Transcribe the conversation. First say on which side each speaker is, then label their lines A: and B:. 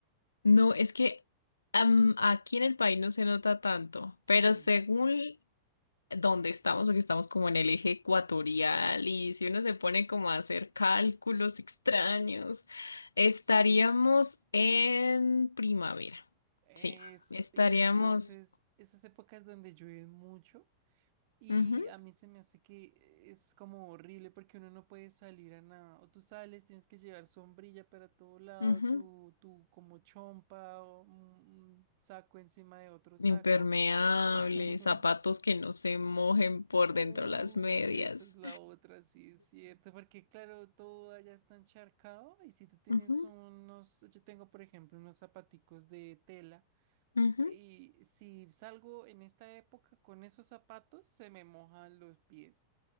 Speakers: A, on the left; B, on the right.
A: No, es que am, aquí en el país no se nota tanto, pero
B: Sí,
A: según donde estamos, porque estamos como en el eje ecuatorial y si uno se pone como a hacer cálculos extraños, estaríamos en primavera.
B: eso.
A: Sí, estaríamos
B: Y entonces esas épocas donde llueve mucho y
A: ujú,
B: a mí se me hace que es como horrible porque uno no puede salir a nada. O tú sales, tienes que llevar sombrilla para todo lado,
A: ujú,
B: tu, tu como chompa o un, un saco encima de otro saco.
A: impermeables,
B: <laughs>
A: zapatos que no se mojen por
B: Uy,
A: dentro las medias.
B: esa es la otra, sí, es cierto, porque claro, todo allá está encharcado y si tú tienes
A: Ujú,
B: unos, yo tengo por ejemplo unos zapaticos de tela.
A: ujú.
B: Y si salgo en esta época con esos zapatos, se me mojan los pies,